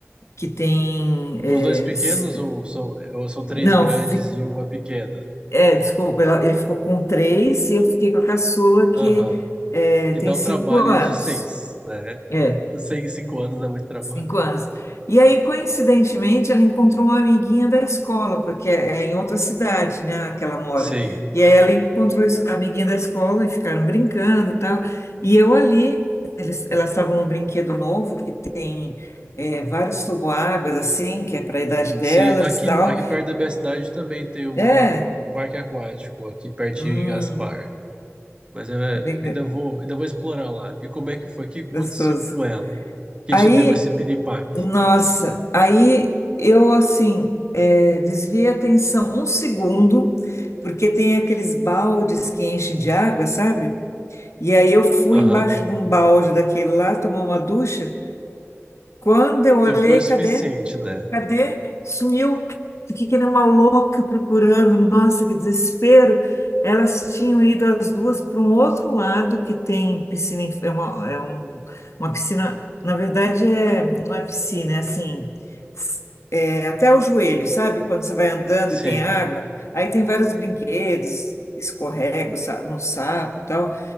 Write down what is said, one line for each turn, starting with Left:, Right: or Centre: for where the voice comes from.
Left: que tem, é,
Right: com os dois pequenos
Left: s-
Right: ou são, ou são três
Left: não,
Right: grandes
Left: fi-
Right: e uma pequena?
Left: é, desculpa, ela- ele ficou com três e eu fiquei com a caçula que
Right: Aham.
Left: é,
Right: Que
Left: tem
Right: dá o
Left: cinco
Right: trabalho
Left: anos.
Right: de seis, né?
Left: é
Right: Sei que cinco anos dá muito trabalho.
Left: Cinco anos. E aí, coincidentemente, ela encontrou uma amiguinha da escola, porque é é em outra cidade, né, que ela mora.
Right: Sim,
Left: E aí ela encontrou es- a amiguinha da escola e ficaram brincando e tal. E eu ali, eles, elas estavam num brinquedo novo que tem é, vários toboáguas, assim, que é para a idade delas
Right: sim. Aqui,
Left: e tal.
Right: aqui perto da minha cidade também tem um
Left: É,
Right: parque aquático, aqui pertinho
Left: hum,
Right: em Gaspar. Mas eu é,
Left: legal,
Right: ainda vou, ainda vou explorar lá. E como é que foi? O que aconteceu
Left: gostoso.
Right: com ela? Que
Left: Aí
Right: te deu esse piripaque?
Left: Nossa, aí eu assim é, desviei a atenção um segundo, porque tem aqueles baldes que enchem de água, sabe? E aí eu fui
Right: Aham.
Left: embaixo de um balde daquele lá, tomar uma ducha. Quando eu olhei,
Right: E foi o suficiente,
Left: cadê?
Right: né?
Left: Cadê? Sumiu. Fiquei que nem uma louca procurando. Nossa, que desespero. Elas tinham ido as duas para um outro lado que tem piscina, inf- é uma, é um- uma piscina, na verdade é, não é piscina, é assim, s- é até o joelho, sabe? Quando você vai andando
Right: Sim.
Left: e tem água, aí tem vários brinquedos, escorrega o sa- no sapo e tal.